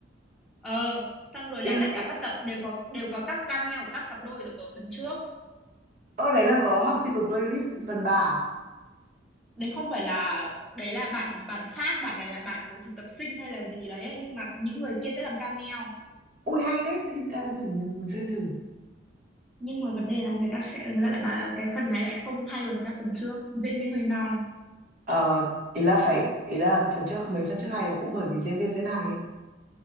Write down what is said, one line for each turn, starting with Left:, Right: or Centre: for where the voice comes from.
Centre: ờ xong rồi
Right: Ý,
Centre: là tất
Right: ý,
Centre: cả các tập đều có đều có các cameo của các cặp đôi ở phần trước
Right: ở đấy là có Hospital Playlist phần 3 à?
Centre: đấy không phải là đấy là bản bản khác bản này là bản của thực tập sinh hay là gì đấy ấy. nhưng mà những người kia sẽ làm cameo
Right: Ui hay đấy, thì tao cũng phải muốn, muốn xem thử.
Centre: nhưng mà vấn đề là người ta khẽ- người ta lại bảo là cái phần này lại không hay bằng các phần trước diễn viên hơi non
Right: Ờ, ý là phải ý là phần trước mấy phần trước hay là cũng bởi vì diễn viên diễn hay ấy.